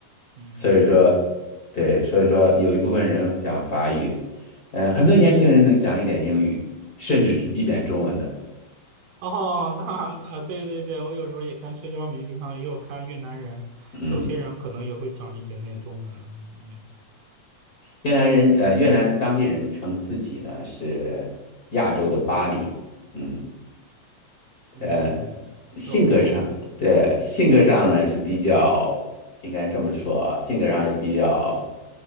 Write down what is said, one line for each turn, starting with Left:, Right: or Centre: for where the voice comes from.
Right: 嗯。
Left: 所以说对，所以说有一部分人讲法语，嗯、很多年轻人能讲一点英语，甚至一点中文的。
Right: <laughs> 哦，那啊，对对对，我有时候也看社交媒体上也有看越南人，
Left: 嗯，
Right: 有些人可能也会讲一点点中文，嗯嗯
Left: 越南人呃，越南当地人称自己呢是亚洲的巴黎。嗯，
Right: 嗯，OK，
Left: 呃，性格上，对，性格上呢是比较，应该这么说啊性格上是比较，